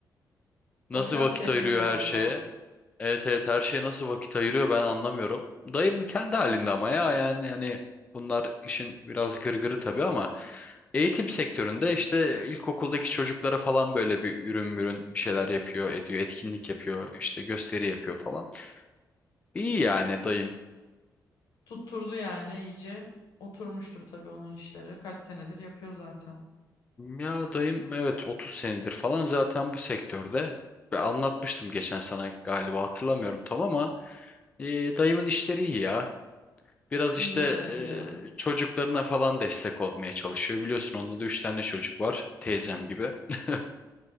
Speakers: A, on the left; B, on the left.
A: Nasıl
B: o biraz
A: vakit
B: seviyor
A: ayırıyor
B: galiba.
A: her şeye? Evet evet her şeye nasıl vakit ayırıyor ben anlamıyorum. Dayım kendi halinde ama ya yani hani bunlar işin biraz gırgırı tabii ama eğitim sektöründe işte ilkokuldaki çocuklara falan böyle bir ürün mürün bir şeyler yapıyor, ediyor, etkinlik yapıyor, işte gösteri yapıyor falan. İyi yani dayım.
B: Tutturdu yani iyice. Oturmuştur tabii onun işleri. Kaç senedir yapıyor zaten.
A: Ya dayım evet 30 senedir falan zaten bu sektörde. Ve anlatmıştım geçen sana galiba hatırlamıyorum tam ama e, dayımın işleri iyi ya. Biraz
B: İyi
A: işte
B: var ya.
A: e, çocuklarına falan destek olmaya çalışıyor. Biliyorsun onda da üç tane çocuk var. Teyzem gibi. <laughs>